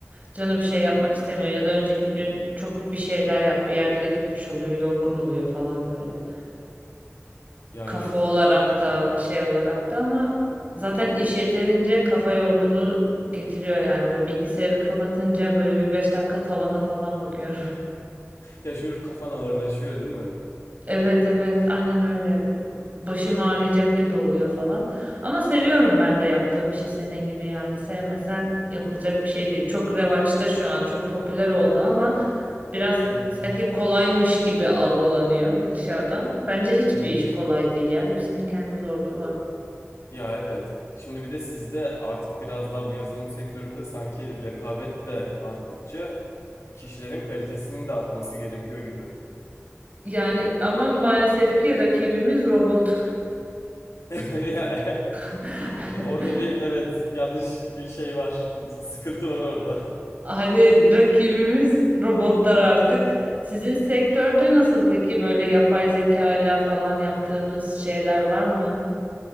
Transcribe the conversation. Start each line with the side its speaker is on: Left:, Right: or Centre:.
Right: canı bir şey yapmak istemiyor ya da önceki gün çok bir şeyler yap bir yerlere gitmiş oluyor, yorgun oluyor falan böyle.
Left: Ya
Right: kafa
Left: evet.
Right: olarak da şey olarak da ama zaten iş yeterince kafa yorgunluğu getiriyor yani böyle bilgisayarı kapatınca böyle bir 5 dakika tavana falan bakıyorum. <laughs>
Left: Ya şöyle kafan ağırlaşıyor değil mi?
Right: Evet evet aynen öyle. B- Başım ağrıyacak gibi oluyor falan. Ama seviyorum ben de yaptığım işi senin gibi yani sevmesen yapılacak bir şey değil. Çok revaçta şu an çok popüler oldu ama biraz
Left: Hı hı.
Right: sanki kolaymış gibi algılanıyor dışarıdan. Bence hiçbir
Left: Hı hı.
Right: iş kolay değil ya. Hepsinin kendi zorluğu var.
Left: Ya evet. Şimdi bir de sizde artık biraz daha bu yazılım sektöründe sanki rekabet de arttıkça kişilerin kalitesinin de artması gerekiyor gibi.
Right: Yani ama maalesef ki rakibimiz robot.
Left: <laughs> Ya,
Right: <laughs>
Left: ya orada bir evet yanlış bir şey var. Bir sıkıntı var orada.
Right: Hani rakibimiz robotlar artık. Sizin sektörde nasıl peki böyle yapay zeka ile falan yaptığınız şeyler var mı?